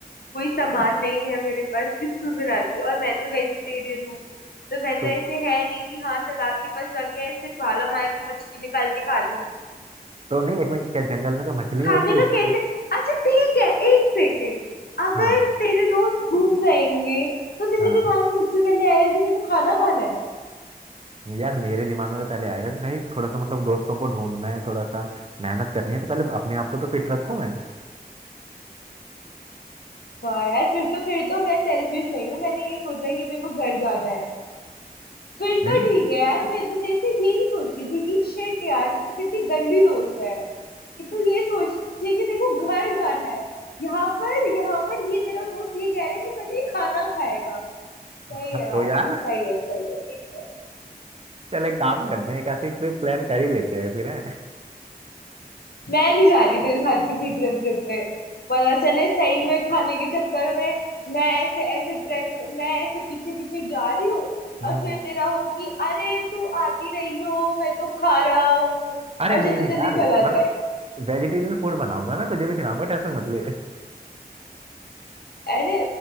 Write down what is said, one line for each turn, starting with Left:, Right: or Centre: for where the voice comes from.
Left: कोई सामान
Right: तो
Left: नहीं है मेरे पास किसमें बनाती हूँ। और मैं तो वेजिटेरियन हूँ तो मैं तो
Right: तो
Left: ऐसे है नहीं कि हाँ तालाब के पास जाके ऐसे भाला मार के मछली निकाल के खा लूँ
Right: तो नहीं एक मिनट क्या जंगल में क्या मछली
Left: तो
Right: होती
Left: खाने
Right: है
Left: का
Right: जंगल
Left: कैसे
Right: में
Left: अच्छा ठीक है एक सेकेंड अगर
Right: हाँ
Left: तेरे दोस्त घूम जाएंगे तो तेरे
Right: हाँ
Left: दिमाग में सबसे पहले आएगा कि तेरे को खाना खाना है
Right: यार मेरे दिमाग में तो पहले आएगा कि भाई थोड़ा सा मतलब दोस्तों को ढूंढना है थोड़ा सा मेहनत करनी है तो पहले अपने आप को तो फिट रखूं मैं
Left: वाह यार फिर तो फिर तो मैं सेल्फिश नहीं हूँ मैंने ये सोचा कि मेरे को घर जाना है फिर
Right: नहीं
Left: तो
Right: ना
Left: ठीक है यार मैं इतनी देर से यही सोची थी कि शिट यार तो कितनी गंदी दोस्त है कि तू ये सोचिए कि देखो घर जाना है यहाँ पर यहाँ पर ये तेरा दोस्त ये कह रहा है कि पहले ये खाना खाएगा सही
Right: हाँ,
Left: है
Right: तो
Left: भाई
Right: यार
Left: सही है सही है एकदम
Right: चल एक काम करते हैं एक ऐसी ट्रिप प्लान कर ही लेते हैं फिर है
Left: मैं नहीं जा रही तेरे साथ किसी ट्रिप ट्रिप पे पता चले सही में खाने के चक्कर में मैं ऐसे ऐसे ट्रैक मैं ऐसे पीछे पीछे जा रही हूँ
Right: हम्म
Left: और फिर तेरा हो कि अरे तू आती रही हो मैं तो खा रहा हूँ
Right: अरे
Left: और
Right: नहीं
Left: जल्दी
Right: नहीं
Left: जल्दी
Right: यार
Left: चला
Right: मतलब
Left: जाए
Right: वेजिटेरियन फूड बनाऊंगा मैं तुझे भी खिलाऊंगा टेंशन मत ले
Left: अरे